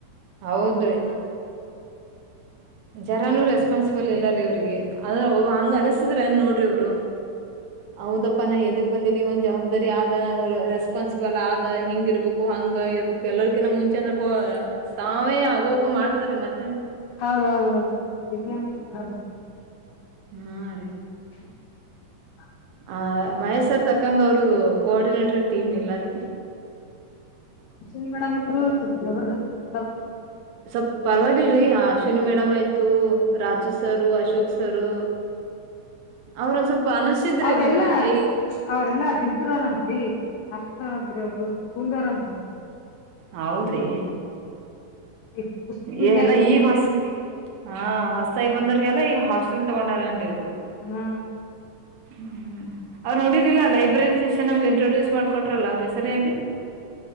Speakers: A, on the right; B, on the left.
A: ಹೌದ್ರಿ.
B: ಹಾ
A: ಜರಾನೂ ರೆಸ್ಪಾನ್ಸಿಬಲ್ ಇಲ್ಲ ರೀ ಇವ್ರಿಗೆ ಅದ ಒಬ್ ಹಂಗ ಅನಸ್ತಿದ್ರ ಏನ್ ನೋಡ್ರಿ ಇವ್ರು. ಹೌದಪ್ಪಾ ನಾ ಎದಕ್ ಬಂದೀನಿ ಒಂದ್ ಜವಾಬ್ದಾರಿ ಆದ ನಂಗ್ ರೇಸ್ ಪಾನ್ಸಿಬಲ್ ಆದ ಹಿಂಗ ಇರ್ಬೇಕು ಹಂಗ ಇರ್ಬೇಕು ಎಲ್ಲರ್ಕಿನ ಮುಂಚೆ ಅಂದ್ರ ಕೊ ಅ ತಾವೇ ಅಗವ್ ಅಗವ್ ಮಾಡ್ತಾರೆ ಮತ್ತೇನ.
B: ಹೌದೌದ ಹೌದ ಇದೇನಂದ್ರೆ ಭಾಳ <unintelligible>
A: ಹಾ ರೀ.
B: <unintelligible>
A: ಆ ಮಹೇಶ್ ಸರ್ ತಕ್ಕಂಗ ಅವ್ರದು ಕೋಆರ್ಡಿನೇಟರ್ ಟೀಮ್ ಇಲ್ಲ ರೀ.
B: ಅಶ್ವಿನಿ ಮೇಡಂ ಇದ್ರು ಜಬರ್ದಸ್ತ ಬಂದೋಬಸ್ತ
A: ಸ್ವಲ್ ಪರವಾಗಿಲ್ರಿ ಹ ಅಶ್ವಿನಿ ಮೇಡಮ್ ಆಯ್ತು ರಾಜು ಸರು ಅಶೋಕ್ ಸರು. ಅವ್ರೊಂದ್ ಸ್ವಲ್ಪ ಅನಸಿದ್ರಿ
B: ಅವ್ರೆಲ್ಲಾ
A: ನನ್ಗ ಏ
B: ಅವ್ರೆಲ್ಲಾ ಅದ ಇದ್ರ ಏನಂತ್ರಿ ಸ್ಕೂಲ್ ದಾವ್ರ ಅಂತ್ರಿ ಅವ್ರದು ಸ್ಕೂಲ್ದವ್ರ ಅಂತ್.
A: ಹೌದ್ರಿ
B: ಈ ಸ್ಕೂಲ್
A: ಎ
B: ಗೆಸ್ಟ್
A: ಎಲ್ಲ ಈಗ ಹೊಸ ಹಾ ಹೊಸತಾಯ ಬಂದರ್ರಿಗೆಲ್ಲ ಈಗ ಹಾಸ್ಟೆಲ್ ತಗೊಂಡಾರ ಏನ್ರಿ ಇವ್ರು.
B: ಹಾ
A: ಹ್ಮ್ ಅವ್ರ ನೋಡಿರ್ಲಿಲ್ಲಾ ಲೈಬ್ರರಿ ಸೆಷನ್ ನಮ್ಗೆ ಇಂಟ್ರೊಡ್ಯೂಸ್ ಮಾಡ್ಕೊಟ್ರಲ್ಲ ಅವ್ರ ಹೆಸರಿ ಏನ್ರಿ.